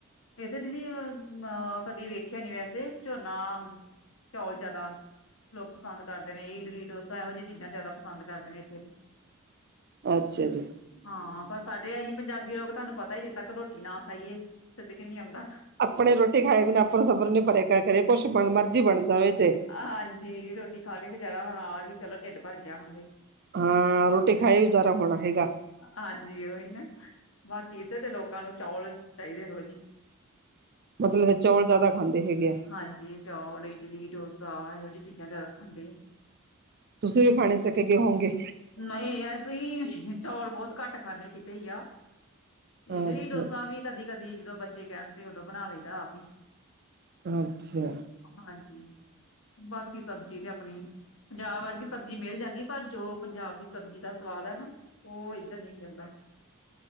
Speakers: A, on the left (about 65°); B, on the right (about 45°).
A: ਇੱਧਰ ਦੀਦੀ, ਅ ਕਦੀ ਵੇਖਿਆ ਨੀ ਵੈਸੇ, ਝੋਨਾ, ਚੌਲ ਜਿਆਦਾ। ਲੋਕ ਪਸੰਦ ਕਰਦੇ ਨੇ। ਇਡਲੀ, ਡੋਸਾ ਇਹੋ ਜਿਹੀਆਂ ਚੀਜ਼ਾਂ ਜ਼ਿਆਦਾ ਪਸੰਦ ਕਰਦੇ ਨੇ ਇੱਥੇ।
B: ਅੱਛਾ ਜੀ।
A: ਹਾਂ, ਪਰ ਸਾਡੇ ਐ ਜੀ ਪੰਜਾਬੀ ਲੋਕ ਤੁਹਾਨੂੰ ਪਤਾ ਹੀ, ਜਦੋਂ ਤੱਕ ਰ੍ਹੋਟੀ ਨਾ ਖਾਈਏ, ਸਿੱਧਕ ਹੀ ਨੀ ਆਉਂਦਾ।
B: ਆਪਣੇ ਰੋਟੀ ਖਾਏ ਬਿਨਾਂ ਆਪਾਂ ਨੂੰ ਸਬਰ ਨੂੰ ਨਹੀਂ ਪਰੇਗਾ, ਘਰੇ ਕੁਛ ਬਣ ਮਰਜੀ ਬਣ ਜਾਵੇ ਜੇ।
A: ਹਾਂਜੀ, ਰ੍ਹੋਟੀ ਖਾਕੇ ਗੁਜ਼ਾਰਾ, ਆ ਹੀ ਚਲੋ, ਢਿੱਡ ਭਰਗਿਆ ਹੁਣ ਵੀ।
B: ਹਾਂ, ਰੋਟੀ ਖਾਈ ਗੁਜ਼ਾਰਾ ਹੋਣਾ ਹੇਗਾ।
A: ਹਾਂਜੀ ਉਹੀ ਨਾ, ਬਾਕੀ ਇੱਧਰ ਦੇ ਲੋਕਾਂ ਨੂੰ ਚੌਲ ਚਾਹੀਦੇ ਰੋਜ਼। ਜੀ।
B: ਮਤਲਬ, ਇਹ ਚੌਲ ਜ਼ਿਆਦਾ ਖਾਂਦੇ ਹੇਗੇ ਆ।
A: ਹਾਂਜੀ, ਚੌਲ, ਇਡਲੀ, ਡੋਸਾ ਇਹੋ ਜਿਹੀ ਚੀਜ਼ਾਂ ਜ਼ਿਆਦਾ ਖਾਂਦੇ ਆ।
B: ਤੁਸੀਂ ਵੀ ਖਾਣੇ ਸਿੱਖ ਗਏ ਹੋਂਗੇ।
A: ਨਹੀਂ, ਅਸੀਂ ਚੌਲ ਬਹੁਤ ਘੱਟ ਖਾਣੇ ਕਿਤੇ ਹੀ ਆ। ਇਡਲੀ
B: ਅੱਛਾ
A: ਡੋਸਾ ਵੀ ਕਦੀ-ਕਦੀ ਜਦੋਂ ਬੱਚੇ ਕਹਿਣਦੇ ਉਦੋਂ ਬਣਾ ਲਈਦਾ ਆਪ ਹੀ।
B: ਅੱਛਾ।
A: ਹਾਂਜੀ। ਬਾਕੀ ਸਬਜ਼ੀ ਤੇ ਆਪਣੀ, ਪੰਜਾਬ ਵਰਗੀ ਸਬਜ਼ੀ ਮਿਲ ਜਾਂਦੀ ਪਰ ਜੋ ਪੰਜਾਬ ਦੀ ਸਬਜ਼ੀ ਦਾ ਸਵਾਦ ਐ ਨਾ, ਉਹ ਇੱਧਰ ਨੀ ਮਿਲਦਾ।